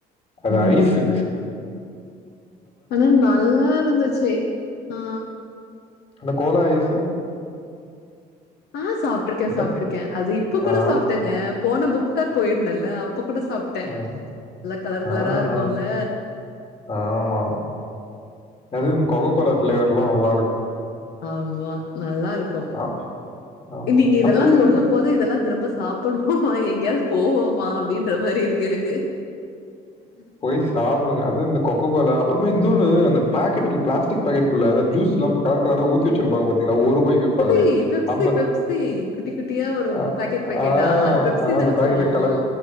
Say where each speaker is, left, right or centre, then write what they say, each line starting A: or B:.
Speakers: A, on the left; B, on the left.
A: அது
B: ம்.
A: ஐஸ்ஸு
B: ஆனா நல்லாருந்துச்சி ஆ
A: அந்த கோலா ஐஸு
B: ஆ சாப்ட்ருக்கே
A: அதான்.
B: சாப்ட்ருக்கே அது இப்ப கூட
A: ஆ,
B: சாப்டேங்க போன புக் டார் போயிருந்தேல்ல அப்ப கூட சாப்ட்டே
A: ஆ,
B: நல்லா கலர் கலரா
A: ஆஹா,
B: இருக்குல்ல
A: ஆமா அதுவு கொக்க கோலா ஃப்ளேவர்லா நல்லாருக்
B: ஆமா நல்லாருக்கு
A: ஆ, ஆமா.
B: நீங்க இதெல்லா
A: அப்பவே
B: சொல்லும் போது இதலா திரும்ப சாப்புடுவோமா எங்கியாவது போவோமா அப்டின்ற மாரி இருக்கு எனக்கு உம்
A: போய் சாப்டுங்க அது இந்த கொக்க கோலா அப்றமா இந்தோனு அந்த பேக்கெட்டில் பிாஸ்டிக் பாக்கெட்க்குள்ள அந்த ஜூஸ்லாம் போ கலர் கலரா ஊத்தி வச்சிருப்பாங்க பார் திங்ளா ஒருபாய்க்கு விப்பாங்களே
B: பெப்சி, பெப்சி,
A: அம்பத்
B: பெப்சி குட்டி குட்டியா வரும்
A: அ
B: பாக்கெட் பாக்கெட்டா.
A: ஆ
B: அது பெப்சி
A: ஆ
B: தானே
A: அந்த பாக்கெட்ட
B: சொல்லுவோம்.
A: கலர்
B: ஆ